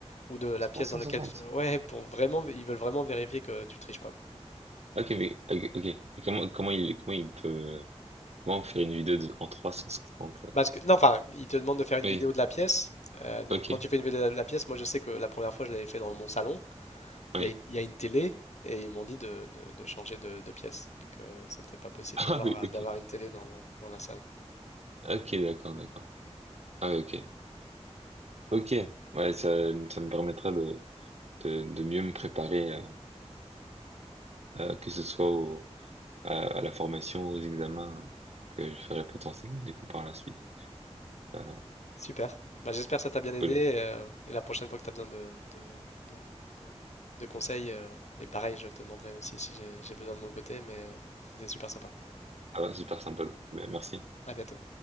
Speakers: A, on the left; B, on the right.
A: ou de la
B: 360.
A: pièce dans laquelle tu... euh, Ouais, pour vraiment, vé- ils veulent vraiment vérifier que tu triches pas, quoi.
B: Ok, mais ok. ok. Et comment comment il comment il peut comment faire une vidéo de, en 360? euh,
A: Parce que, non, enfin, ils te demandent de faire une
B: Oui,
A: vidéo de la pièce. Euh, donc,
B: ok,
A: quand tu fais une vidéo de la la pièce, moi, je sais que la première fois, je l'avais fait dans mon salon.
B: oui.
A: Il y a une, il y a une télé et ils m'ont dit de, de- de changer de, de pièce, que c'était pas possible
B: <laughs> Ah
A: d'avoir
B: oui, ok.
A: d'avoir une télé dans dans la salle.
B: Ok, d'accord, d'accord. Ah oui, ok. Ok. Ouais, ça, ça me permettra de, de, de mieux me préparer euh, euh, que ce soit au, à, à la formation, aux examens euh, que je ferai potentiellement du coup par la suite. Euh,
A: Super. Bah, j'espère que ça t'a bien aidé.
B: cool.
A: euh, et la prochaine fois que tu as besoin de, de- de- de conseils, euh, et pareil, je te demanderai aussi si j'ai j'ai besoin de mon côté, mais euh, c'était super sympa.
B: Ah ouais, super sympa. Mais Merci.
A: À bientôt.